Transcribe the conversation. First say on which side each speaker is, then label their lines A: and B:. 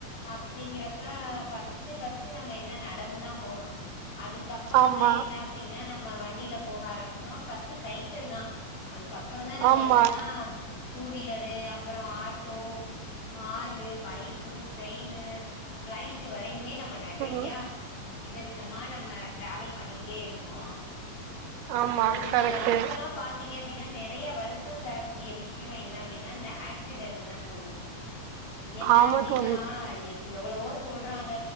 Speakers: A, on the left (about 80°); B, on the right (about 80°).
A: அப்டிங்கிறப்ப ஃபஸ்ட்டு ஃபஸ்ட்டு நம்ம என்ன நடந்துதா போனோ அதுக்கப்பறந்தா
B: ஆமா
A: என்ன அப்புடினா நம்ம வண்டில போக ஆரம்ச்சோ ஃபஸ்ட்டு சைக்கள் தா அதுக்கப்பறந்தா நம்ம
B: ஆமா
A: என்னன்னா டூ வீலரு அப்பறோ auto car bike train flight வரையுமே நம்ம நெறையா
B: ம்
A: விதவிதமா நம்ம ட்ராவல் பண்ணிக்கிட்டே இருக்கோ
B: ஆமா
A: அதுல
B: கரெக்ட்டு
A: இப்பலா பாத்தீங்க அப்டி நெறைய வருத்தொ தரக்கூடிய விஷ் ஷியொ என்ன அப்டினா இந்த ஆக்சிடென்டு தா தோழி என்ன
B: ஆமா
A: அப்டினா
B: தோழி
A: எப் எவ்ளவோ சொல்றாங்க